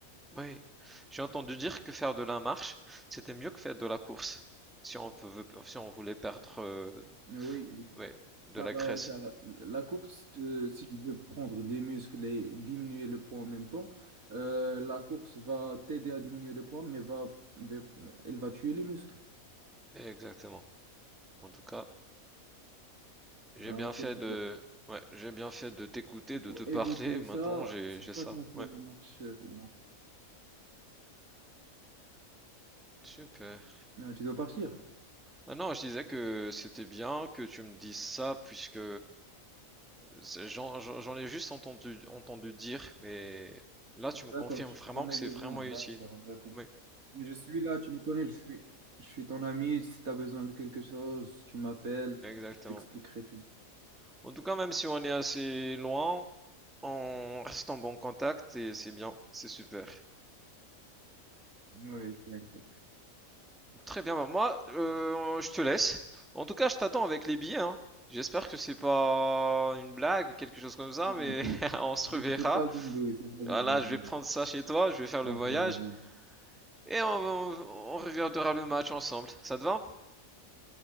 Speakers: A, in the centre; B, on the right.
A: Oui. J'ai entendu dire que faire de la marche, c'était mieux que faire de la course. Si on peut- veut, si on voulait perdre, euh,
B: Euh, Oui, oui.
A: ouais, de
B: Car,
A: la graisse.
B: euh, car la course, euh, si tu veux prendre des muscles et diminuer le poids en même temps, euh, la course va t'aider à diminuer le poids, mais va, mais euh, elle va tuer les muscles.
A: Exactement. En tout cas, j'ai
B: Alors,
A: bien
B: c'est
A: fait
B: pour,
A: de, ouais, j'ai bien fait de t'écouter,
B: pour
A: de te parler.
B: éviter
A: Maintenant,
B: ça,
A: j'ai,
B: c'est
A: j'ai
B: ça
A: ça.
B: qu'on fait
A: Ouais.
B: la marche. euh, non.
A: Super.
B: Ah, tu dois partir.
A: Ah non, je disais que c'était bien que tu me dises ça, puisque c'est- j'en, j'en j'en ai juste entendu, entendu dire, mais là tu me confirmes
B: D'accord, tu
A: vraiment
B: en
A: que
B: as
A: c'est
B: besoin.
A: vraiment utile.
B: D'accord, d'accord.
A: Oui,
B: Mais Je suis là, tu me connais, je suis, je suis ton ami. Si tu as besoin de quelque chose, tu m'appelles,
A: exactement.
B: je t'expliquerai tout.
A: En tout cas, même si on est assez loin, on reste en bon contact et c'est bien, c'est super.
B: Oui. T'inquiète.
A: Très bien, bah moi, euh, je te laisse. En tout cas, je t'attends avec les billets, hein. J'espère que c'est pas une blague ou quelque chose comme ça, mais
B: Non, t'inquiète.
A: <laughs> on se
B: Non,
A: reverra.
B: c'est pas une douille, c'est pas une
A: Voilà,
B: blague.
A: je vais prendre ça chez toi, je vais faire le
B: Moi,
A: voyage.
B: ça va faire bien.
A: et on, on- on regardera le match ensemble. Ça te va?